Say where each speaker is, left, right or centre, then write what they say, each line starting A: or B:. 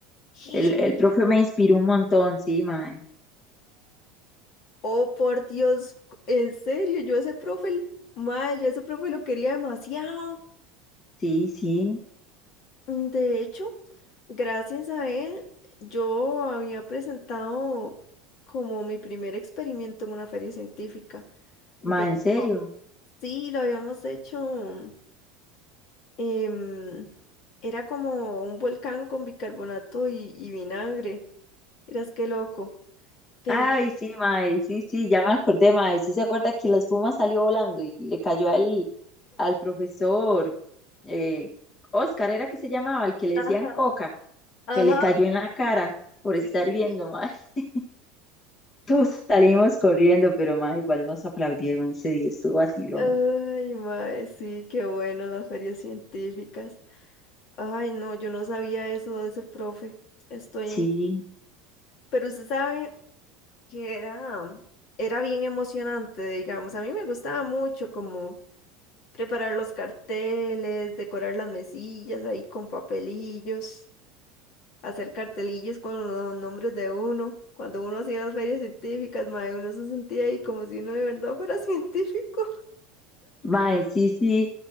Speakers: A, on the left (about 50°); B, on the left (about 35°).
A: ¿Qué?
B: el, el profe me inspiró un montón, sí, mae.
A: Oh, por Dios, en serio, yo ese profe, mae, yo ese profe lo quería demasiado.
B: Sí, sí,
A: Mm, De hecho, gracias a él, yo había presentado como mi primer experimento en una feria científica. De-
B: mae, en serio.
A: sí, lo habíamos hecho. em, era como un volcán con bicarbonato y, y vinagre. Eras qué loco. Pero,
B: Ay, sí, mae, sí, sí, ya me acordé, mae. ¿Sí se acuerda que la espuma salió volando y le cayó al, al profesor eh, Oscar, era que se llamaba, el que le
A: ajá,
B: decían Coca,
A: ajá.
B: que le cayó en la cara por
A: Sí,
B: estar
A: sí.
B: viendo, mae. <laughs> Todos salimos corriendo, pero mae, igual nos aplaudieron ese día, estuvo vacilón.
A: Ay, mae, sí, qué bueno las ferias científicas. Ay, no, yo no sabía eso de ese profe. Estoy.
B: Sí.
A: Pero usted sabe. que era, era bien emocionante, digamos. A mí me gustaba mucho como preparar los carteles, decorar las mesillas ahí con papelillos, hacer cartelillos con los nombres de uno. Cuando uno hacía las ferias científicas, mae, uno se sentía ahí como si uno de verdad fuera <laughs> científico.
B: Mae, sí, sí.